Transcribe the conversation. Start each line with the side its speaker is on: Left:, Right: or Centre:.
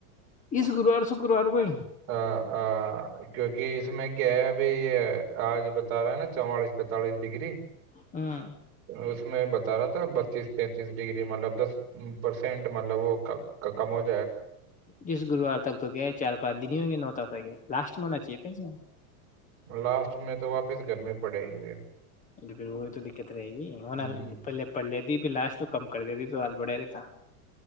Left: اس گروار شکروار کوئی
Right: آ، آ، کیونکہ اس میں کیا ب یہ آج بتا رہا ہے نا چوالیس پینتالیس ڈگری
Left: ہ
Right: اس میں بتا رہا تھا بتیس تینتیس ڈگری مطلب دس پرسینٹ مطلب وہ کم ہو ج
Left: جس گروار تک تو گیا چار پانچ دن ہی ہوں گے نوتا پ گ لاسٹ منا چاہتے س
Right: لاسٹ میں تو واپس گرمی پڑے گی پھر
Left: پھر وہی تو دقت رہے گی ہو نا
Right: ہ
Left: پلے پڑلے لاسٹ میں کم کر دیتی تو آات بڑھیا رہتا